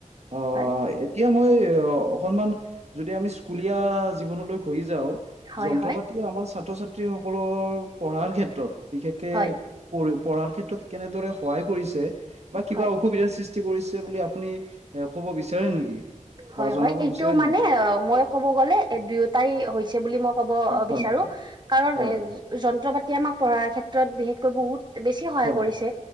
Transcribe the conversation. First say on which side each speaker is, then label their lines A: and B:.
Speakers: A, on the right (about 55°); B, on the right (about 35°).
A: অহ
B: হয়
A: এতিয়া মই এই অকনমান যদি আমি স্কুলীয়া জীৱনলৈ ঘূৰি যাওঁ
B: হয়
A: যন্ত্ৰ
B: হয়
A: পাতি আমাৰ ছাত্ৰ ছাত্ৰী সকলৰ পঢ়াৰ ক্ষেত্ৰত বিশেষকে
B: হয়
A: পঢ়ি পঢ়াৰ ক্ষেত্ৰত কেনেদৰে সহায় কৰিছে বা কিবা
B: হয়
A: অসুবিধাৰ সৃষ্টি কৰিছে বুলি আপুনি এ ক'ব বিচাৰে নেকি? বা
B: হয়
A: জনাব
B: হয় এইটো
A: বিচাৰে
B: মানে
A: নেকি
B: অ মই ক'ব গলে এ দুয়োটাই হৈছে বুলি মই ক'ব
A: হয়
B: বিচাৰোঁ কাৰণ
A: হয়
B: এ যন্ত্ৰ পাতি তেতিয়া আমাক পঢ়াৰ ক্ষেত্ৰত বিশেষকৈ বহুত বেছি সহায়
A: হয়
B: কৰিছে